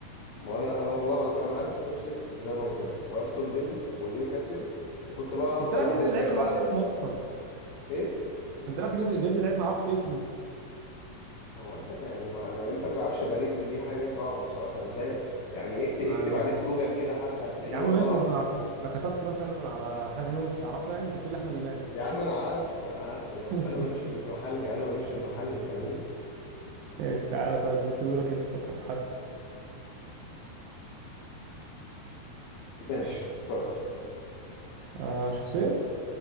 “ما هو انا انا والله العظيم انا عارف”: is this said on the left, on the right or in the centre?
Left